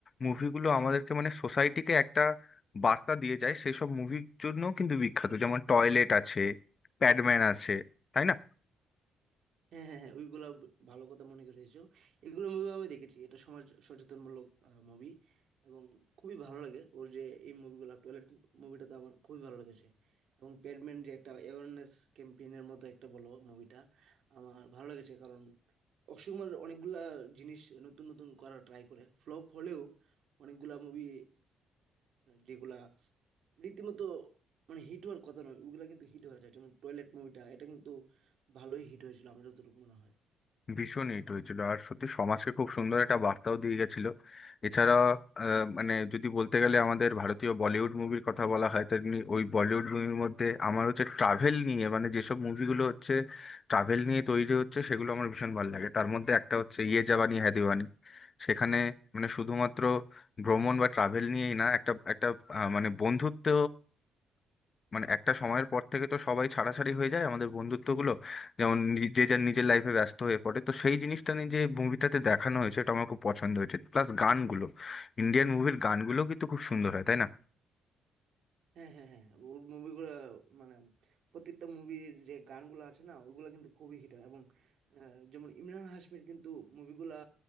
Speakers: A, on the left; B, on the right.
A: মুভিগুলো আমাদেরকে মানে সোসাইটিকে একটা বার্তা দিয়ে যায় সেই সব মুভির জন্য কিন্তু বিখ্যাত যেমন টয়লেট আছে প্যাডম্যান আছে তাই না
B: হ্যাঁ হ্যাঁ হ্যাঁ ওইগুলা ব- ভালো কথা মনে করেছো এগুলো মুভি আমি দেখেছি এটা সমাজ সচেতনমূলক মুভি এবং খুবই ভালো লাগে ওর যে এই মুভিগুলো টয়লেট মুভিটা তো আমার খুবই ভালো লেগেছে এবং প্যাডম্যান যে একটা অ্যাওয়ারনেস ক্যাম্পেইনের মতো একটা বলো মুভিটা আমার ভালো লেগেছে কারণ অক্ষয় কুমার অনেকগুলা জিনিস নতুন নতুন করার ট্রাই করে ফ্লপ হলেও অনেকগুলা মুভি যেগুলা রীতিমতো মানে হিট হওয়ার কথা নয় ওগুলা কিন্তু হিট হয়ে যায় যেমন টয়লেট মুভিটা এটা কিন্তু ভালোই হিট হয়েছিল আমার যতটুকু মনে হয়
A: ভীষণ হিট হয়েছিল আর সত্যি সমাজকে খুব সুন্দর একটা বার্তাও দিয়ে গেছিল এছাড়া আহ, মানে যদি বলতে গেলে আমাদের ভারতীয় বলিউড মুভির কথা বলা হয় তেমনি ওই বলিউড মুভির মধ্যে আমার হচ্ছে ট্রাভেল নিয়ে মানে যেসব মুভিগুলো হচ্ছে ট্রাভেল নিয়ে তৈরি হচ্ছে সেগুলো আমার ভীষণ ভালো লাগে তার মধ্যে একটা হচ্ছে ইয়ে জাবানি হ্যায় দিওয়ানি সেখানে মানে শুধুমাত্র ভ্রমণ বা ট্রাভেল নিয়েই না একটা একটা আহ, মানে বন্ধুত্ব মানে একটা সময়ের পর থেকে তো সবাই ছাড়াছাড়ি হয়ে যায় আমাদের বন্ধুত্বগুলো যেমন নি- যে যার নিজের লাইফে ব্যস্ত হয়ে পড়ে তো সেই জিনিসটা নিয়ে যে মুভিটাতে দেখানো হয়েছে এটা আমার খুব পছন্দ হয়েছে প্লাস গানগুলো ইন্ডিয়ান মুভির গানগুলো কিন্তু খুব সুন্দর হয় তাই না
B: হ্যাঁ হ্যাঁ হ্যাঁ ওর মুভিগুলো মানে প্রত্যেকটা মুভির যে গানগুলো আছে না ওগুলো কিন্তু খুবই হিট হয় এবং আহ, যেমন ইমরান হাশমির কিন্তু মুভিগুলা